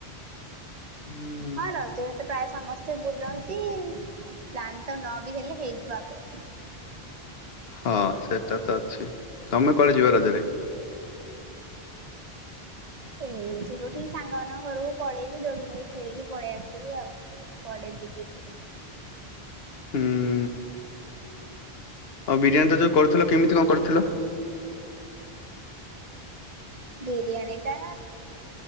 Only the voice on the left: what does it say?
ହୁଁ
ହଁ ସେଟା ତ ଅଛି ତମେ କୁଆଡେ ଯିବ ରଜରେ?
ହୁଁ ଆଉ ବିରିୟାନୀ ଟା ଯୋଉ କରୁଥିଲ କେମିତି କଣ କରିଥିଲ?